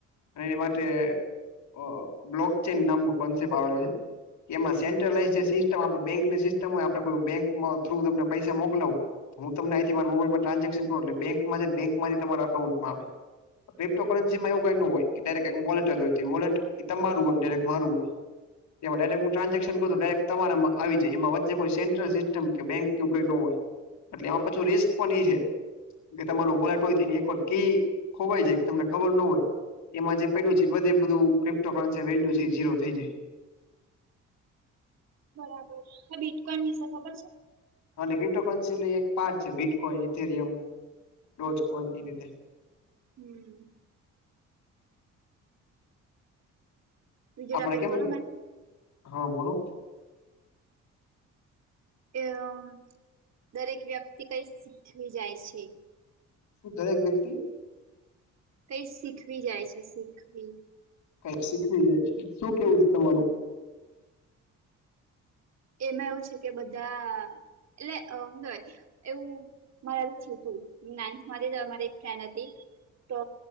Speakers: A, on the left; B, on the right.
A: અને એની માટે ટે અ બ્લોક ચેન નામનો કોન્સેપ્ટ આવેલો છે. એમાં સેન્ટ્રલાઈઝ જે સિસ્ટમ આપડે બેંકની સિસ્ટમ હોય આપણે કોઈ બેંક માં થ્રુ તમને પૈસા મોકલાવું હું તમને અંઇથી મારી મોબાઈલમાં ટ્રાન્ઝેશન કરું એટલે બેંકમાં જાય બેંકમાંથી તમારા અકાઉન્ટમાં આવે ક્રિપ્ટો કરન્સીમાં એવું કાઈ નો હોય એ ડાયરેક્ટ એક વોલેટરી હોય તે વોલેટ તમારું હોય ડીરેક મારું હોય તેમાં ડાયરેક્ટ હું ટ્રાન્ઝેક્શન કરું તો ડાયરેક તમારામાં આવી જાય એમાં વચ્ચે કોઈ સેન્ટલ સિસ્ટમ કે બેંક કવું ન હોય એટલે એમાં પછું રિસ્ક પણ એ છે કે તમારું વોલેટ હોય તો એની એકવાર કી ખોવાય જાય તમને ખબર નો હોય એમાં જે પયડું છે બધે બધું ક્રિપ્ટો કરન્સી વેલ્યુ છે એ ઝીરો થઈ જાય
B: બરાબર આ બીટકોન વિશે ખબર છે.
A: હાલે ક્રિપ્ટો કરનસી એટલે એક પાર્ટ છે બીટકોઈન ઇથેરિયમ ડોજકોન એ રીતે
B: <unintelligible> બીજો
A: આપડે
B: ટોપિક
A: કેમ
B: બોલો મેમ
A: હા બોલો
B: કે અ દરેક વ્યક્તિ કઈ શીખવી જાય છે.
A: શું દરેક વ્યક્તિ
B: કઈ શીખવી જાય છે શીખવી
A: કઈક શીખવી જાય છે શું કેવું છે તમારું
B: હમ એમાં એવું છે કે બધા એટલે અમ હું કેવાય એવું મારે એવું જ થીયું તું નાઇનથ મારી જ મારી એક ફ્રેડ હતી તો